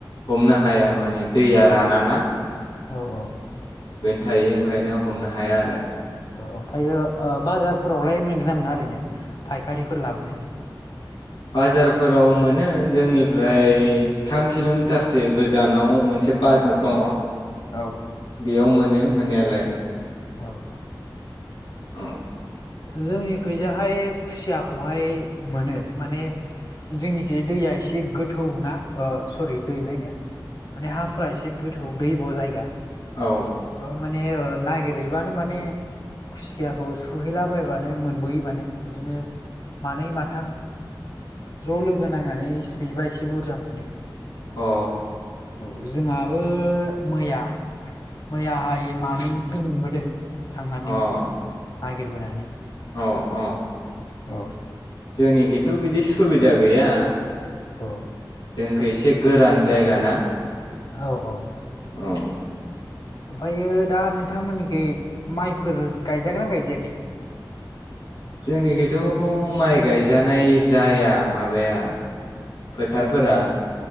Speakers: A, on the left; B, on the left.
A: हमनो हाया माने दैया राना ना
B: औ औ
A: थायो ओंखायनो हमनो हाया आरो
B: औ ओमफ्रायो बाजारफोरावलाय मोनगोन ना मोना ओरैनो फायखारिफोर लाबोनाय
A: बाजारफोराव मोनो जोंनिफ्राय थाम किल'मिटारसो गोजानाव मोनसे बाजार दङ
B: औ
A: बेयाव मोनो मोनो मोननायालाय
B: औ औ
A: औ
B: जोंनिखैजाहाय खुसियाखौहाय मोनो माने जोंनिखि दैया एसे गोथौ ना अ सरि दै लायनो माने हाफोरा एसे गोथौ दैब' जायगा
A: औ
B: बेयाव माने नागिरहैबानो माने खुसिया, सुहैलाबायबानो मोनबोयो माने बिदिनो मानै माथाम ज' लोगो नांनानै सुहैबा एसे बुरजा मोनो,
A: अ
B: औ जोंहाबो मैया मैयाहाय मानैसो मोनबोदों, थांनानै
A: अ
B: नागिरबोनानै,
A: अ अ
B: औ
A: जोंनिखैथ' बिदि सुबिदा गैया।
B: औ
A: जोंखै एसे गोरान जायगा ना?
B: औ औ
A: औ
B: ओमफ्रायो दा नोंथांमोननिखै माइफोर गायजागोन ना गायजायाखै?
A: जोंनिखथ' माइ गायजानाय जाया माबाया फोथारफोरा,